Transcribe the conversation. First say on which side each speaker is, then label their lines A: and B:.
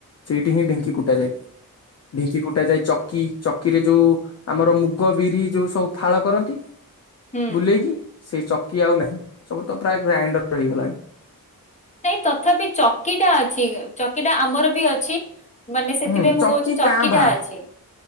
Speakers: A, on the left; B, on the left.
A: ସେଇଠି ହିଁ ଢିଙ୍କି କୁଟା ଯାଏ ଢିଙ୍କି କୁଟା ଯାଏ ଚକି ଚକିରେ ଯୋଉ ଆମର ମୁଗ ବିରି ଯୋଉ ସବୁ ଫାଳ କରନ୍ତି
B: ହୁଁ।
A: ବୁଲେଇକି ସେ ଚକି ଆଉ ନାହିଁ ସବୁ ତ ପ୍ରାୟ ଗ୍ରାଇଣ୍ଡରତହେଇଗଲାଣି।
B: ନାଇଁ ତଥାପି ଚକିଟା ଅଛି। ଚକିଟା ଆମର ବି ଅଛି ମାନେ ସେଥିପାଇଁ
A: ହୁଁ
B: ମୁଁ
A: ଚକି
B: କହୁଛି ଚକିଟା
A: କାଁ ଭାଁ
B: ଅଛି।